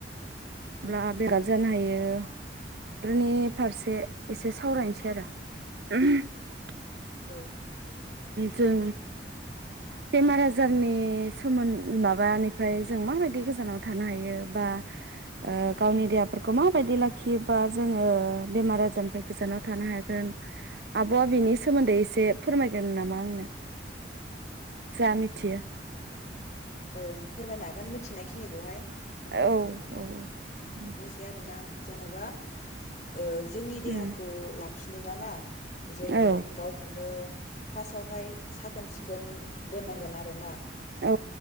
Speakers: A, on the right; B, on the left.
A: अब्ला बे गाब जानो हायो बेफोरनि फारसे एसे सावरायनोसै
B: औ
A: आरो। <unintelligible>
B: औ
A: जों बेमार आजारनि सोमोन माबानिफ्राय जों माबायदि गोजानाव थानो हायो बा ओ गावनि देहाफोरखौ माबायदि लाखियोबा जोङो बेमार आजारनिफ्राय गोजानाव थानो हागोन। आब आ बेनि सोमोन्दै एसे फोरमायगोन नामा आंनो? जा मिथियो
B: औ फोरमायनो हागोन मिथिनाय खिनिखौहाय।
A: औ औ उम
B: बुंसै आरोना जेनेबा ओ जोंनि देहाखौ
A: उम
B: लाख खिनोबा ना? जों
A: औ
B: गावखौनो फार्स्टआवहाय साखोन सिखोन दोननांगोन आरोना
A: औ